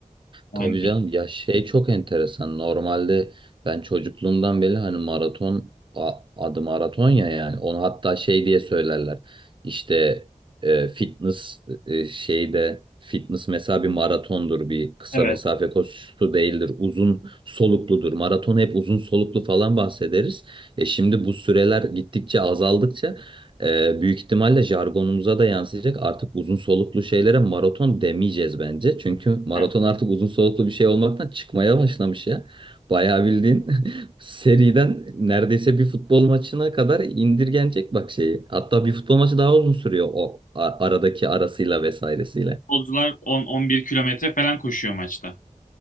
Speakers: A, on the left; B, on the right.
A: Yani
B: Tabii canım ya şey çok enteresan. Normalde ben çocukluğumdan beri hani maraton a- adı maraton ya yani onu hatta şey diye söylerler. İşte e, fitness e, şeyde fitness mesela bir maratondur bir kısa
A: evet.
B: mesafe koşusu değildir uzun solukludur. Maraton hep uzun soluklu falan bahsederiz. E şimdi bu süreler gittikçe azaldıkça ee, büyük ihtimalle jargonumuza da yansıyacak. Artık uzun soluklu şeylere maraton demeyeceğiz bence. Çünkü maraton
A: He.
B: artık uzun soluklu bir şey olmaktan çıkmaya başlamış ya. Bayağı bildiğin <laughs> seriden neredeyse bir futbol maçına kadar indirgenecek bak şeyi. Hatta bir futbol maçı daha uzun sürüyor o a- aradaki arasıyla vesairesiyle.
A: Futbolcular 10-11 kilometre falan koşuyor maçta.